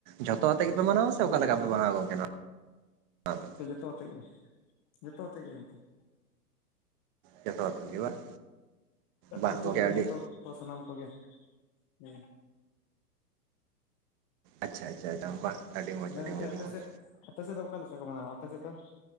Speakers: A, on the right (about 35°); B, on the left (about 15°).
A: ᱡᱷᱚᱛᱚ ᱟᱛᱮ ᱜᱮᱯᱮ ᱢᱟᱱᱟᱣᱟ ᱥᱮ ᱚᱠᱟ
B: ᱦᱳᱭ
A: ᱞᱮᱠᱟ
B: ᱦᱳᱭ
A: ᱯᱮ ᱢᱟᱱᱟᱣᱟ ᱜᱚᱝᱠᱮ ᱱᱚᱣᱟ ᱫᱚ?
B: ᱡᱚᱛᱚᱛᱮᱫ ᱜᱮ ᱡᱚᱛᱚᱛᱮᱫ ᱜᱮ ᱜᱚᱝᱠᱮ ᱾
A: ᱡᱚᱛᱚ ᱟᱛᱮ ᱜᱮ ᱵᱟᱝ? ᱵᱟᱝ
B: ᱟᱹᱛᱩ
A: ᱜᱚᱝᱠᱮ
B: ᱨᱮᱱ
A: ᱟᱹᱰᱤ
B: ᱡᱚᱛᱚ ᱠᱚ ᱥᱟᱱᱟᱢ ᱠᱚᱜᱮ ᱦᱮᱸ᱾
A: ᱟᱪᱪᱷᱟ ᱟᱪᱪᱷᱟ ᱟᱪᱪᱷᱟ ᱵᱟᱝ ᱟᱹᱰᱤ ᱢᱚᱸᱡᱽ
B: ᱦᱮᱸ ᱫᱟᱜ
A: ᱟᱹᱰᱤ
B: ᱜᱚᱝᱠᱮ
A: ᱢᱚᱸᱡᱽ
B: ᱟᱯᱮ
A: ᱟᱹᱰᱤ ᱢᱚᱸᱡᱽ
B: ᱥᱮᱫ ᱟᱯᱮ ᱥᱮᱫ ᱫᱚ ᱚᱠᱟ ᱞᱮᱠᱟ ᱠᱚ ᱢᱟᱱᱟᱣᱟ ᱟᱯᱮ ᱥᱮᱫ ᱫᱚ?